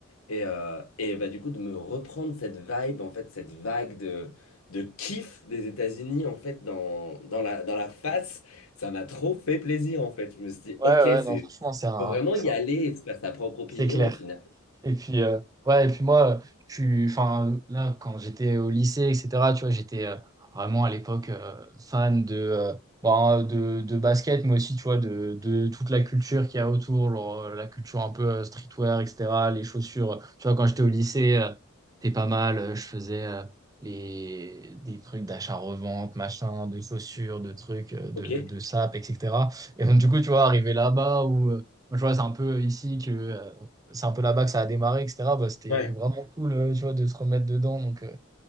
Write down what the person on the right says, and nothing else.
Ouais,
ouais,
ouais, non, franchement, c'est un,
c'est
un-
c'est clair.
Et puis, euh, ouais, et puis moi, euh, je suis, enfin, là, quand j'étais au lycée, etc., tu vois, j'étais euh, vraiment à l'époque euh, fan de, euh, bon, de, de basket, mais aussi, tu vois, de, de toute la culture qu'il y a autour, genre, euh, la culture un peu euh, streetwear, etc., les chaussures. Tu vois, quand j'étais au lycée, euh, t'es pas mal, euh, je faisais euh, les, des trucs d'achat-revente, machin, de chaussures, de trucs, euh, de,
de sapes, etc. Et donc, du coup, tu vois, arrivé là-bas où. euh, moi, Je vois, c'est un peu ici que euh, c'est un peu là-bas que ça a démarré, etc. Bah, c'était
vraiment cool, euh, tu vois, de se remettre dedans. Donc, euh,